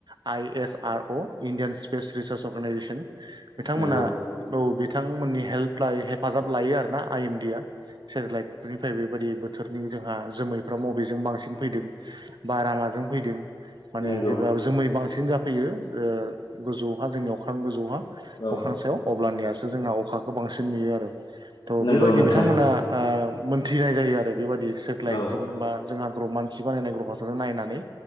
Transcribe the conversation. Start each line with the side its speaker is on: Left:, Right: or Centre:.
Right: I S R O Indian space research organisation बिथांमोना
Left: नंगौ
Right: औ बिथांमोननि हेल्प हेफाजाब लायो आरो ना आइ एमडि आ सेटेलाइट फोरनिफ्राय बेबायदि बोथोरनि जोंहा जोमैफ्रा बबेजों बांसिन फैदों बार माजों फैदों माने
Left: नंगौ
Right: जेब्ला जोमै बांसिन जाफैयो ओ गोजौहा अख्रां गोजौहा
Left: औ
Right: अख्रां सायाव अब्लानियासो जोंना अखाखौ बांसिन नुयो आरो थ'
Left: नंगौ
Right: बेबायदि
Left: नोंथां
Right: बिथांमोना आ मोनथिनाय जायो आरो बेबायाददि सेटेलाइटजों
Left: औ
Right: बा जों ग्रह' मानसि सि बानायनाय ग्रह फासारजों नायनानै